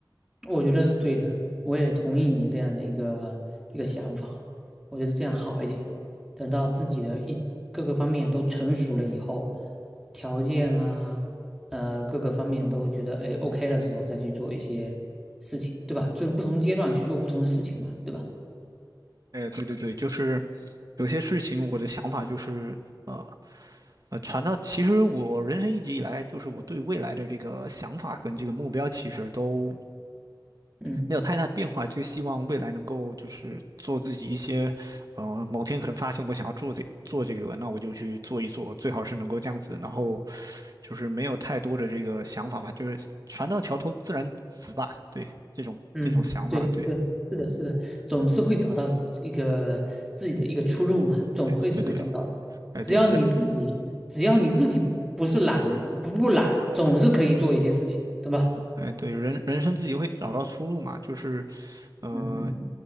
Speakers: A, in the centre; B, on the right.
A: 我觉得是对的，我也同意你这样的一个一个想法，我觉得这样好一点。等到自己的一各个方面都成熟了以后，条件啊，呃，各个方面都觉得哎 OK 的时候，再去做一些事情，对吧？就是不同阶段去做不同的事情嘛，对吧？
B: 哎，对对对，就是有些事情我的想法就是，呃呃，传到其实我人生一直以来就是我对未来的这个想法跟这个目标其实都
A: 嗯。
B: 没有太大变化，就希望未来能够就是做自己一些，呃，某天可能发现我想要做这做这个，那我就去做一做，最好是能够这样子，然后就是没有太多的这个想法吧，就是船到桥头自然直吧，对，这种这种想法，
A: 嗯，对对，
B: 对，
A: 是的，是的，总是会找到一个自己的一个出路嘛，总会是会找到的。
B: 哎，对对对，哎对人，
A: 只要你自己，只要你自己不是懒，不不懒，总是可以做一些事情的，对吧？
B: 哎对人人生自己会找到出路嘛，就是呃，
A: 嗯嗯，